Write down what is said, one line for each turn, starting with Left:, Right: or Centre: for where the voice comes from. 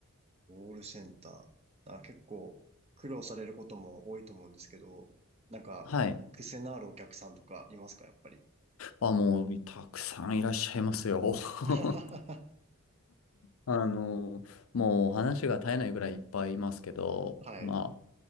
Right: コールセンター。あ、結構苦労されることも多いと思うんですけど、なんか、
Left: はい。
Right: 癖のあるお客さんとかいますか、やっぱり。
Left: あ、もう、たくさんいらっしゃいますよ。<laughs>
Right: <laughs>
Left: あの、もうお話が絶えないぐらいいっぱいいますけど、
Right: はい。
Left: ま